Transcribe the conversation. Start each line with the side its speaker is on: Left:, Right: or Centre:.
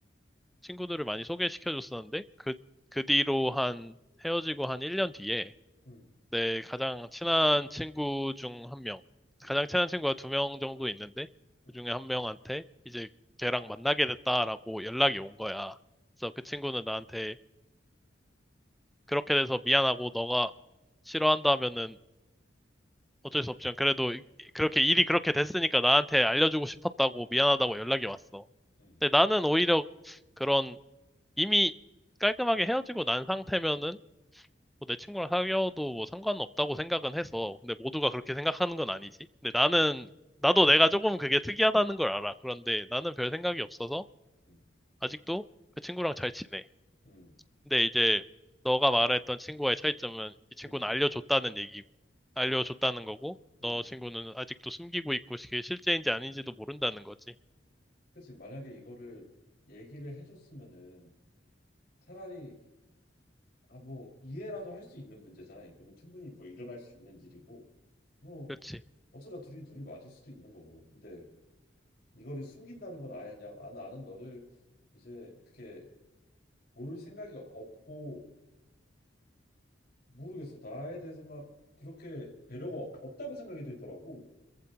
Centre: 친구들을 많이 소개시켜줬었는데 그, 그 뒤로 한 헤어지고 한 1년 뒤에
Left: 음,
Centre: 내 가장 친한 친구 중 한 명.
Left: 음,
Centre: 가장 친한 친구가 두 명 정도 있는데,
Left: 음,
Centre: 그 중에 한 명한테 이제 걔랑 만나게 됐다라고 연락이 온 거야. 그래서 그 친구는 나한테 그렇게 돼서 미안하고 너가 싫어한다면은 어쩔 수 없지만 그래도 이- 그렇게 일이 그렇게 됐으니까 나한테 알려주고 싶었다고 미안하다고 연락이 왔어.
Left: 음,
Centre: 근데 나는 오히려 그런 이미 깔끔하게 헤어지고 난 상태면은 뭐내 친구랑 사귀어도 뭐 상관없다고 생각은 해서. 근데
Left: 음,
Centre: 모두가 그렇게 생각하는 건 아니지. 근데 나는,
Left: 음, 음,
Centre: 나도 내가 조금 그게 특이하다는 걸 알아. 그런데 나는 별 생각이 없어서
Left: 음,
Centre: 아직도 그 친구랑 잘 지내.
Left: 음.
Centre: 근데 이제 너가 말했던 친구와의 차이점은 이 친구는
Left: 응,
Centre: 알려줬다는 얘기, 알려줬다는 거고,
Left: 응.
Centre: 너 친구는 아직도 숨기고 있고 그게 실제인지
Left: 응.
Centre: 아닌지도 모른다는 거지.
Left: 그치. 만약에 이거를 얘기를 해줬으면은 차라리 아 뭐 이해라도 할 수 있는 문제잖아. 이거는 충분히 뭐 일어날 수 있는 일이고 뭐
Centre: 그렇지.
Left: 어쩌다 둘이 눈이 맞을 수도 있는 거고. 근데 이거를 숨긴다는 건 아예 그냥 아 나는 너를 이제 어떻게 볼 생각이 없고 모르겠어. 나에 대해서 막 그렇게 배려가 없다고 생각이 들더라고.